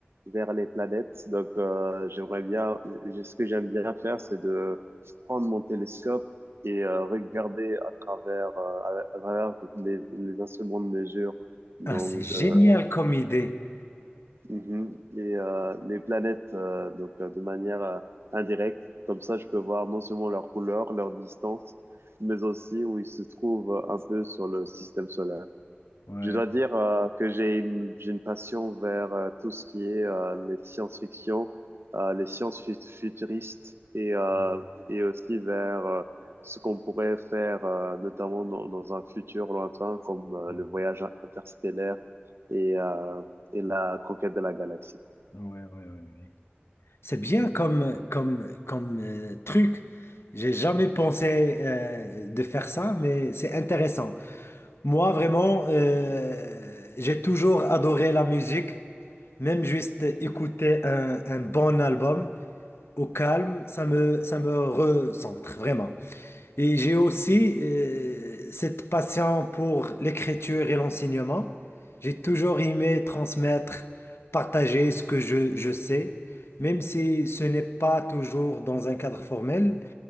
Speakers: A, on the right; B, on the left.
A: vers les planètes. Donc, euh, j'aimerais bien, j'ai- ce que j'aime bien faire, c'est de prendre mon télescope et euh, regarder à travers, euh, à, à travers les, les instruments de mesure, donc
B: Ah, c'est génial
A: euh,
B: comme idée.
A: mhm, les, euh, les planètes euh, donc, euh, de manière euh, indirecte. Comme ça, je peux voir non seulement leur couleur, leur distance, mais aussi où ils se trouvent un peu sur le système solaire.
B: Ouais.
A: Je dois dire euh, que j'ai une, j'ai une passion vers euh, tout ce qui est euh, les science-fiction, euh, les sciences fut- futuristes et, euh,
B: Mm,
A: et aussi vers euh, ce qu'on pourrait faire euh, notamment dans, dans un futur lointain comme euh,
B: mm.
A: le voyage interstellaire et, euh, et la conquête de la galaxie.
B: Ouais, ouais, ouais, ouais. C'est bien comme, comme, comme euh, truc. J'ai jamais pensé euh, de faire ça, mais c'est intéressant. Moi, vraiment, euh, j'ai toujours adoré la musique. Même juste écouter un, un bon album au calme, ça me, ça me recentre, vraiment. Et j'ai aussi euh, cette passion pour l'écriture et l'enseignement. J'ai toujours aimé transmettre, partager ce que je, je sais, même si ce n'est pas toujours dans un cadre formel.